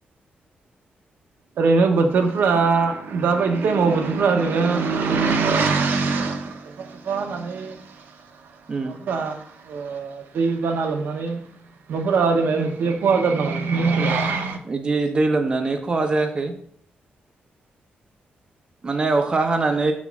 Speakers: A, on the right (about 70°); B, on the right (about 25°).
A: ओरैनो बोथोरफ्रा दाबायदि टाइमाव बोथोरफ्रा ओरैनो अखा सखा हानानै। माबाफोरा
B: उम
A: ओ दैबाना लोम माने न'फोरा आरि मायबा मोनसे खहा जादों नामा नोंनि ओनसोलाव?
B: बिदि दै लोमनानै खहा जायाखै। माने अखा हानानै